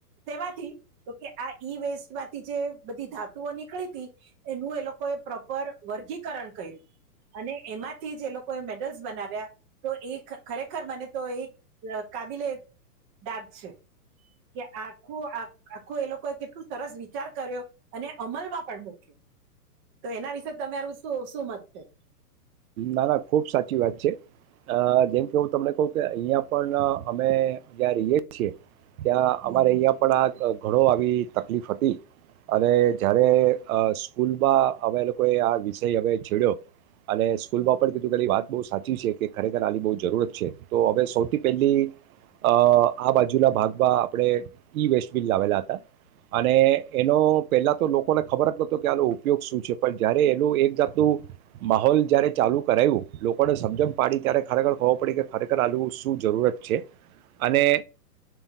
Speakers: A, on the right (about 25°); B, on the right (about 65°).
A: તેમાંથી તોકે આ ઈ વેસ્ટમાંથી જે બધી ધાતુઓ નીકળી હતી એનું એ લોકોએ પ્રોપર વર્ગીકરણ કર્યું અને એમાંથી જે એ લોકોએ મેડલ્સ બનાવ્યા તો એ ખરેખર મને તો એ કાબિલે દાગ છે કે આખું આખું એ લોકોએ કેટલું સરસ વિચાર કર્યો અને અમલમાં પણ મૂક્યો તો એના વિશે તરું શું શું મત છે
B: ના ના ખુબ સાચી વાત છે અ જેમ કે હું તમને કહું કે અહિયાં પણ અમે જ્યા રહીય છીએ ત્યાં
A: હમ,
B: અમારે અહિયાં પણ આ ઘણો આવી તકલીફ હતી અને જ્યારે સ્કૂલમાં અમે લોકોએ આ વિષય હવે છેડ્યો અને સ્કૂલમાં
A: હમ,
B: પણ કીધું કલી વાત બહુ સાચી છે કે ખરેખર આની બહુ જરૂરત છે તો હવે સૌથી પહેલી અ આ બાજુના ભાગમાં આપણે ઈ વેસ્ટબિલ લાવેલા હતા અને એનો પેલા તો લોકોને ખબર જ નતો કે આનો ઉપયોગ શું છે પણ જયારે એનું એક જાતનું માહોલ જ્યારે ચાલુ કરાવું લોકોને સમજણ પાડી ત્યારે ખરેખર ખબર પડી કે ખરેખર આલું શું જરૂરત છે અને